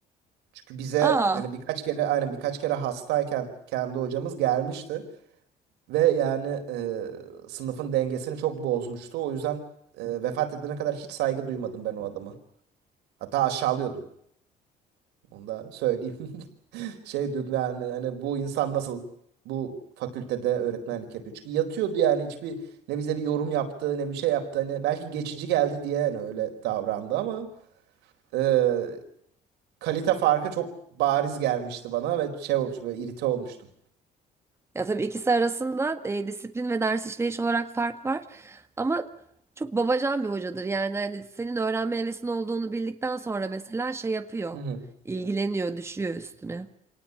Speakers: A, on the right; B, on the right.
A: Çünkü bize
B: Aa.
A: hani birkaç kere aynen birkaç kere hastayken kendi hocamız gelmişti ve yani e, sınıfın dengesini çok bozmuştu. O yüzden e, vefat edene kadar hiç saygı duymadım ben o adama. Hatta aşağılıyordum. Onu da söyleyeyim. <laughs> Şey diyordum yani hani bu insan nasıl bu fakültede öğretmenlik yapıyor. Çünkü yatıyordu yani hiçbir ne bize bir yorum yaptı ne bir şey yaptı. Hani belki geçici geldi diye hani öyle davrandı ama e, kalite farkı çok bariz gelmişti bana ve şey olmuş böyle irite olmuştum.
B: Ya tabii ikisi arasında e, disiplin ve ders işleyiş olarak fark var. Ama çok babacan bir hocadır. Yani hani senin öğrenme hevesin olduğunu bildikten sonra mesela şey yapıyor.
A: Hı hı.
B: İlgileniyor, düşüyor üstüne.